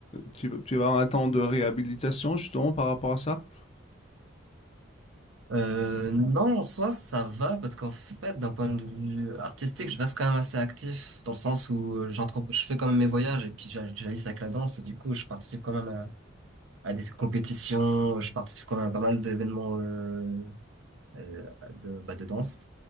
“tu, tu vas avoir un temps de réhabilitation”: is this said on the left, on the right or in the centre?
Left